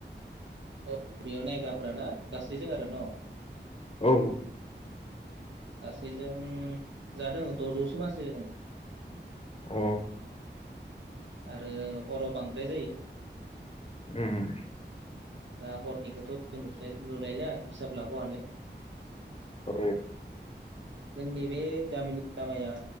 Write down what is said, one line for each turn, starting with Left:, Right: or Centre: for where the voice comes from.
Right: औ बेयाव नायग्राफोरा ना? गासैजों आरो न'
Left: औ
Right: गासैजों जादों द'जौसो मानसि जादों।
Left: अ।
Right: आरो हराव बांद्राय जायो।
Left: उम
Right: दा हरनिखौथ' नुस्लाय नुलायला हिसाब लाग' हालिया।
Left: औ
Right: जोंनि बे गामिनि लामाया